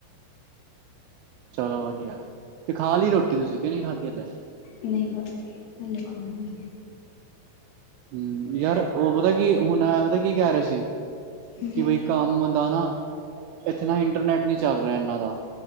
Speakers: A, on the right; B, on the left.
A: ਚਲੋ ਵਧੀਆ ਤੇ ਖਾ ਲਈ ਰੋਟੀ ਤੁਸੀਂ ਕਿ ਨਹੀਂ ਖਾਧੀ ਹਲੇ
B: ਨਹੀਂ - ਹਲੇ ਖਾਣੀ
A: ਹਮ
B: ਏ।
A: ਯਾਰ ਉਹ ਪਤਾ ਕੀ ਹੁਣ ਪਤਾ ਕੀ ਕਹਿ ਰਹੇ ਸੀ
B: ਹਮ,
A: ਕਿ ਬਈ ਕੰਮ ਦਾ ਨਾ। ਇੱਥੇ ਨਾ ਇੰਟਰਨੈਟ ਨੀ ਚੱਲ ਰਿਹਾ ਇਨਾਂ ਦਾ